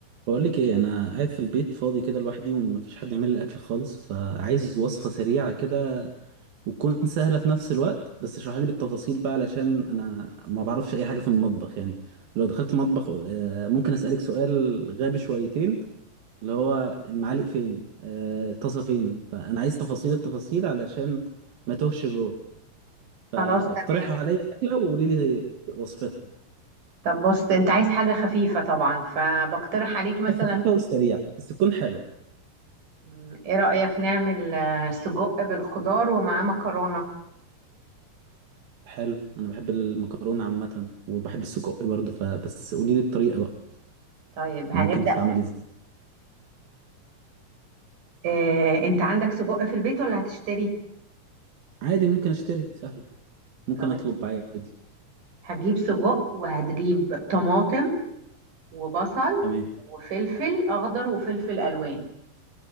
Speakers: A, on the right (about 85°); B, on the right (about 65°).
A: بقول لك ايه انا قاعد في البيت فاضي كده لوحدي ومفيش حد يعمل لي اكل خالص فعايز وصفه سريعه كده وتكون سهله في نفس الوقت بس اشرح لي بالتفاصيل بقى علشان انا ما بعرفش اي حاجه في المطبخ يعني لو دخلت مطبخ آه، ممكن اسالك سؤال غبي شويتين اللي هو المعالق فين آه، الطاسه فين فانا عايز تفاصيل التفاصيل علشان ما توهش جوه فاقترح
B: خلاص تمام
A: عليا اكله وقولي لي وصفتها
B: طب بص انت عايز حاجة خفيفة طبعا فبقترح عليك مثلا
A: حاجه خفيفه وسريعه بس تكون حلوه
B: م، ايه رأيك نعمل آه، سجق بالخضار ومعاه مكرونة
A: حلو انا بحب المكرونه عامه وبحب السجق برضه فبس قولي لي الطريقه بقى
B: طيب هنبدأ
A: ممكن تتعمل ازاي
B: اه انت عندك سجق في البيت ولا هتشتري
A: عادي ممكن اشتري سهل ممكن
B: طب
A: اطلب عادي
B: هتجيب سجق وهتجيب طماطم وبصل
A: تمام
B: وفلفل اخضر وفلفل الوان